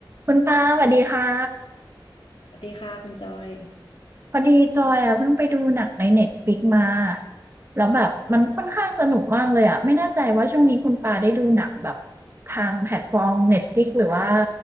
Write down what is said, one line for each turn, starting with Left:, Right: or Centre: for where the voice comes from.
Right: คุณปาสวัสดีค่ะ
Left: สวัสดีค่ะคุณจอย
Right: พอดีจอยอ่ะเพิ่งไปดูหนังในเน็ตฟ i ิกมาแล้วแบบมันค่อนข้างสนุกมากเลยอ่ะไม่แน่ใจว่าช่วงนี้คุณปาได้ดูหนังแบบทางแพลตฟอร์มเน็ตฟ i ิกหรือว่า